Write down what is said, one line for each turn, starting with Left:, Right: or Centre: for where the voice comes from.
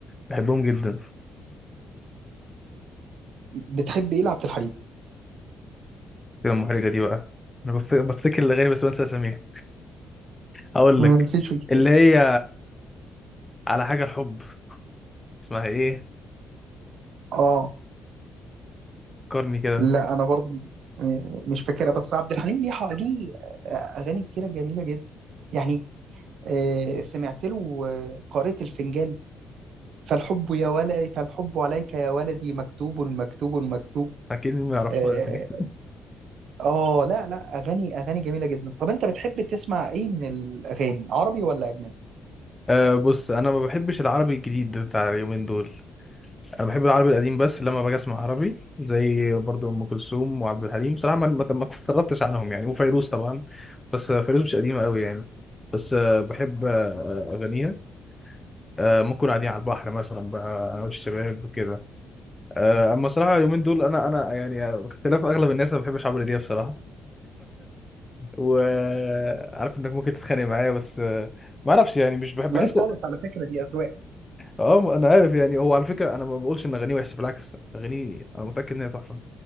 Left: بحبهم جدا
Right: بتحب إيه لعبد الحليم؟
Left: كده المحرجه دي بقى انا بفت- بفتكر الاغاني بس بنسى اساميها اقول
Right: مفيش
Left: لك
Right: مشكلة
Left: اللي هي على حاجه الحب اسمها ايه
Right: اه
Left: فكرني كده
Right: لا أنا برضو م- مش فاكرها بس عبد الحليم ليه حق- ليه آه، أغاني كتيرة جميلة جدا يعني آه، سمعت له آه، قارئة الفنجان فالحب يا ولدي فالحب عليك يا ولدي مكتوب مكتوب مكتوب
Left: اكيد ما يعرفهاش
Right: اه
Left: دي
Right: آه، لا لا اغاني اغاني جميله جدا طب انت بتحب تسمع ايه من الاغاني عربي ولا اجنبي
Left: أه بص انا ما بحبش العربي الجديد بتاع اليومين دول انا بحب العربي القديم بس لما باجي اسمع عربي زي برضو ام كلثوم وعبد الحليم بصراحه ما ما ما اتطربتش عنهم يعني وفيروز طبعا بس فيروز مش قديمه قوي يعني بس آه، بحب آه، اغانيها آه، ممكن قاعدين على البحر مثلا بقى أنا والشباب كده آه، اما صراحه اليومين دول انا انا يعني باختلاف اغلب الناس ما بحبش عمرو دياب بصراحه وعارف انك ممكن تتخانق معايا بس آه، ما اعرفش يعني مش بحب
Right: لا
Left: بحس
Right: خالص على فكرة دي أذواق
Left: اه انا عارف يعني هو على فكره انا ما بقولش ان اغانيه وحشه بالعكس اغانيه انا متاكد ان هي تحفه